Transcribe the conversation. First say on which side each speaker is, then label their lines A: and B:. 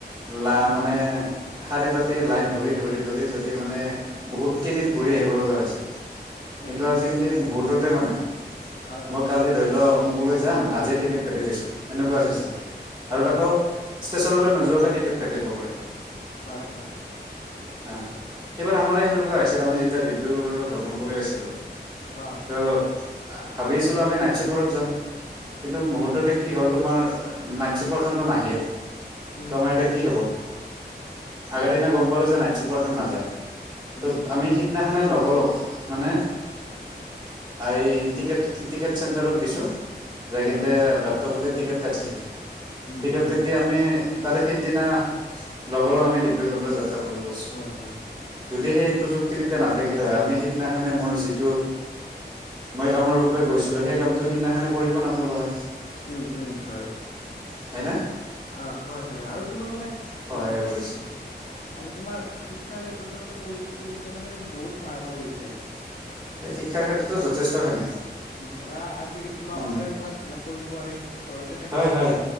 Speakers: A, on the right; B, on the left.
A: লা
B: উম
A: মানে
B: উম
A: শাৰী পাতি লাইন ধৰি ধৰি ধৰি ধৰি মানে বহুত কেইদিন ঘূৰি আহিব লগা হৈছে
B: উম
A: কিন্তু
B: উম
A: আজিকালি মুহুৰ্ততে মানে
B: হয় হয়
A: মই কালি ধৰি লওঁ অমুকলৈ যাম আজিয়ে টিকেট কাটি দিছো। এনেকুৱা চিষ্টেম
B: উম
A: আৰু
B: উম
A: তাকো ষ্টেচনলৈ নোযোৱাকে টিকট কাটিব পাৰি।
B: হয়
A: সেইবাৰ আমাৰো সেনেকুৱা আছিল আমি যেতিয়া ডিব্ৰুগড়লৈ ভৰ্মন কৰি আছিলোঁ।
B: অ'
A: ত' ভাবি আছিলোঁ আমি নাইট চুপাৰত যাম কিন্তু মুহূৰ্ততে
B: উম
A: কি হ'ল তোমাৰ নাইট চুপাৰখনটো নাহিল ত'
B: উম
A: আমাৰ এতিয়া কি হ'ব?
B: হয়
A: আগৰ দিনা গম পালো যে নাইট চুপাৰখান নাযায়।
B: উম উম
A: আমি সিদিনাখনে লগ লগ মানে এই টিকেট টিকেট চেণ্টাৰত গৈছোঁ। যাই কিন্তে
B: হয়
A: লেপটপতে টিকেট কাটিছো।
B: উম
A: টিকেট
B: উম
A: কাটি আমি তাৰে সিদিনা লগ লগ আমি ডিব্ৰুগড়লৈ যাত্ৰা কৰিব গৈ
B: হা
A: যদি সেই প্ৰযুক্তিবিদ্যা নাথাকিলে হয়, আমি সিদিনাখনে মোৰ যিটো মই কামৰ বাবে গৈছিলো, সেই কামটো সিদিনাখনে কৰিব নাপালো হয়।
B: উম হয়।
A: হয় নে?
B: অ' হয় হয় আৰু তোমাৰ মানে
A: সহায়
B: উম
A: কৰিছে
B: আৰু তোমাৰ শিক্ষাৰ ক্ষেত্ৰতো মানে প্ৰযুক্তিবিদ্যা মানে বহুত সহায় কৰি আছে।
A: শিক্ষাৰ ক্ষেত্ৰতো যথেষ্ট হয়নে
B: ধৰা আজিকালি তোমাৰ
A: উম
B: অনলাইন ক্লাছ বিলাক কৰিব পাৰি ঘৰতে থাকি
A: হয় হয়